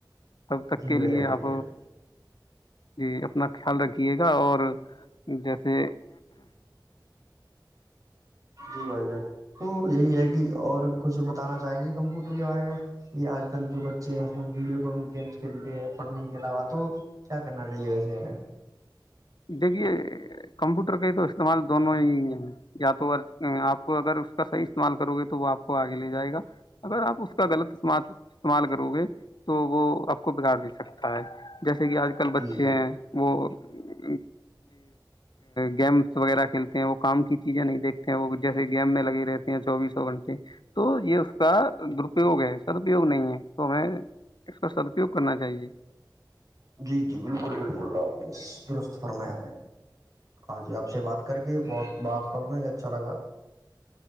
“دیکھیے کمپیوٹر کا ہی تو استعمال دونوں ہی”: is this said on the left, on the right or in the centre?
Left